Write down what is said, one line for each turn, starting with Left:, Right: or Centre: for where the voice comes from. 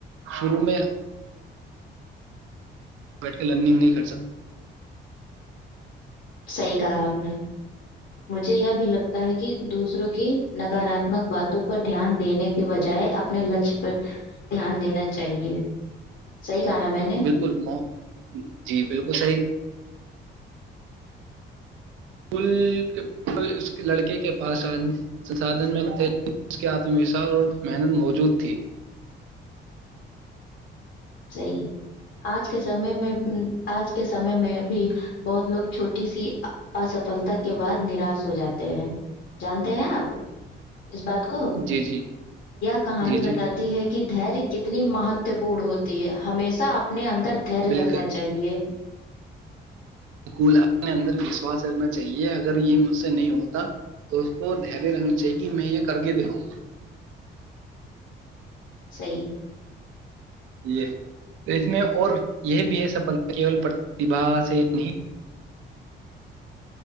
Right: شروع میں بیٹھ کے لننگ نہیں کر سکتا
Left: صحی کہا آپ نے مجھے یہ بھی لگتا ہے کہ دوسروں کی نکاراتمک باتوں پر دھیان دینے کے بجائے اپنے لچ پر دھیان دینا چاہیے صحیح کہا نا میں نے
Right: بالکل م جی بالکل صحیح پول اس لڑکے کے پاس سنسھن میں تھے اس کے آتم وشواس اور محنت موجود تھی
Left: صی آج کے سمے میں آج کے سمے میں بھی بہت لوگ چھوٹی سی افلتا کے بعد نراش ہو جاتے ہیں جانتے ہیں آپ اس بات کو
Right: جی جی
Left: کہانی
Right: جی
Left: بتاتی
Right: جی
Left: ہے کہ دھیر کتنی مہتو پورن ہوتی ہے ہمیشہ آپ اپنے اندر در
Right: بالکل
Left: رکھنا چاہیے
Right: بالکول اپنے اندر وشواس رکھنا چاہیے اگر یہ مجھ سے نہیں ہوتا تو اس کو دھیریہ رکھنا چاہیے کہ میں یہ کر کے داؤں گا
Left: صی
Right: یہ اس میں اور یہ بھی ہے سفلتا کیول پرتیبا سے نہیں